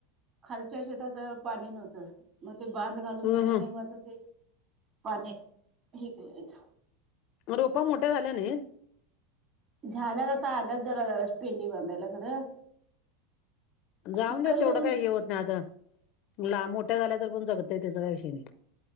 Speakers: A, on the right; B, on the left.
A: खालच्या शेतात पाणी नव्हतं. मग ते बांध घालून
B: हम
A: घेतल्याने
B: हम
A: मग ते, पाणी हे केलीत.
B: रोपा मोठ्या झाल्या नाही.
A: झाल्यात आता आल्यात जरा पेंडी बांधायला खरं.
B: जाऊन
A: चिक्कल
B: देत तेवढं
A: करून
B: काही हे होत नाही आता, लांब मोठ्या झाल्या तर पण जगत त्याचा काही विषय नाही.